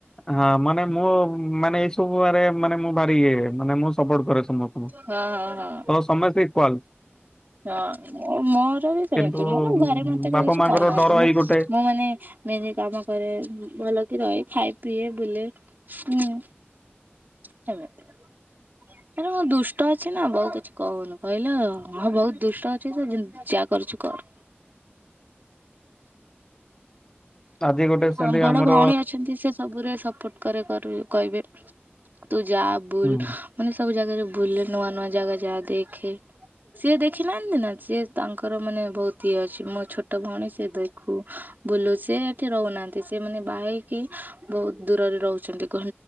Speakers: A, on the left; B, on the right.
A: ହଁ ମାନେ ମୁଁ ମାନେ ଏଇ ସବୁରେ ମାନେ ମୁଁ ଭାରି ଇଏ। ମାନେ ମୁଁ ସପୋର୍ଟ କରେ। ସମସ୍ତଙ୍କୁ।
B: ହଁ ହଁ ହଁ।
A: ତ ସମସ୍ତେ ଇକ୍ୱାଲ।
B: ହଁ ମୋର ବି ସେମିତି।
A: କିନ୍ତୁ
B: ମୋର ଘରେ ମତେ କେହି
A: ବାପା
B: କିଛି
A: ମାଙ୍କର
B: କହୁନାହାନ୍ତି।
A: ଡର
B: ମୁଁ
A: ଏଇ ଗୋଟେ
B: ମୁଁ ମାନେ ମେନ କାମ କରେ। ଭଲକି ରହେ, ଖାଏ, ପିଏ ବୁଲେ। ହୁଁ। <unintelligible> ହେଟା କଣ ଦୁଷ୍ଟ ଅଛି ନା ବୋଉ କିଛି କହୁନି। କହିଲା ହଁ ବହୁତ ଦୁଷ୍ଟ ଅଛି ସେ ଯାହା କରୁଚି କରୁ।
A: ଆଜି ଗୋଟେ
B: ହଁ
A: ସେମିତି
B: ବଡ
A: ଆମର
B: ଭଉଣୀ ଅଛନ୍ତି, ସେ ସବୁରେ ସପୋର୍ଟ କରେ କରୁ କହିବେ। ତୁ ଯା ବୁଲ୍
A: ହୁଁ
B: ମାନେ ସବୁ ଜାଗା ରେ ବୁଲ୍। ନୂଆ ନୂଆ ଜାଗା ଯା ଦେଖେ। ସିଏ ଦେଖିନାହାନ୍ତି ନା। ସିଏ ତାଙ୍କର ମାନେ ବହୁତ ଇଏ ଅଛି ମୋ ଛୋଟ ଭଉଣୀ ସିଏ ଦେଖୁ। ବୁଲୁ। ସେ ଏଠି ରହୁନାହାନ୍ତି, ସେମାନେ ବାହା ହେଇକି ବହୁତ ଦୂରରେ ରହୁଛନ୍ତି। ଘ